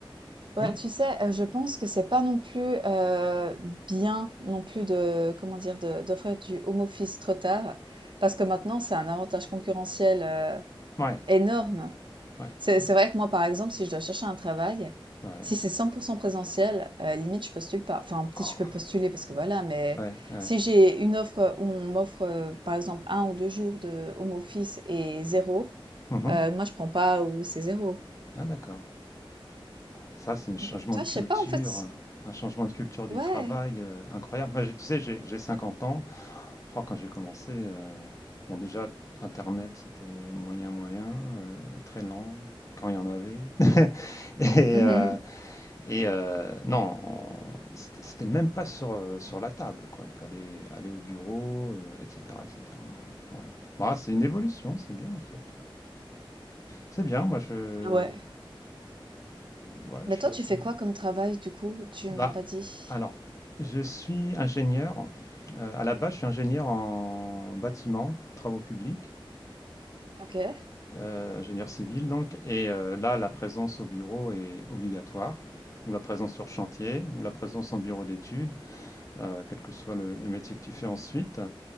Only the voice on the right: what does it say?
ouais,
tu sais, heu, je pense que c'est pas non plus, heu, bien non plus de comment dire? De d'offrir du home office trop tard parce que maintenant, c'est un avantage concurrentiel, heu,
énorme.
C'est
c'est vrai que moi, par exemple, si je dois chercher un travail,
si c'est cent pour 100 présentiel, heu, limite, je postule pas. Enfin, peut-être
je peux postuler parce que voilà, mais
si j'ai une offre où on m'offre, heu, par exemple un ou 2 jours de home office et zéro
heu, moi je prends pas ou c'est zéro
Donc, heu, tu
je
sais pas en fait c
ouais.
<laughs> Mmh
Ah ouais.
Mais
toi,
tu fais quoi comme travail du coup? Tu
m'as pas dit.
OK.